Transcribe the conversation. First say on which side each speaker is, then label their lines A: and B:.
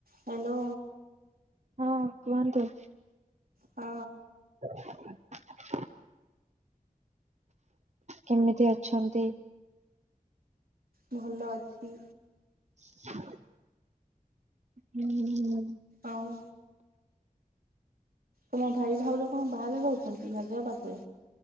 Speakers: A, on the right (about 80°); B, on the right (about 50°).
A: Hello.
B: ହଁ କୁହନ୍ତୁ।
A: ହଁ।
B: <inaudible> କେମିତି ଅଛନ୍ତି।
A: ଭଲ ଅଛି।
B: <inaudible> ହୁଁ।
A: ଆଉ ତମ ଭାଇ ଭାଉଜ କଁ ବାହାରେ ରୋହୁଚନ୍ତି ହାଇଦ୍ରାବାଦରେ।